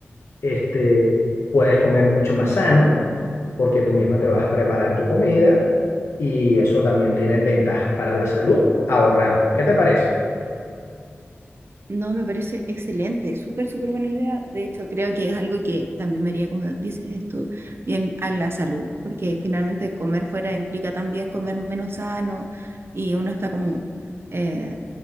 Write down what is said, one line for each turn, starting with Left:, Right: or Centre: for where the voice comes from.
Left: este, puedes comer mucho más sano porque tú misma te vas a preparar tu comida y eso también tiene ventajas para la salud ahorrando. ¿Qué te parece?
Right: No, me parece excelente, súper, súper buena idea. De hecho, creo que es algo que también me haría, como dices tú, bien a la salud, porque finalmente comer fuera implica también comer menos sano y uno está como eh,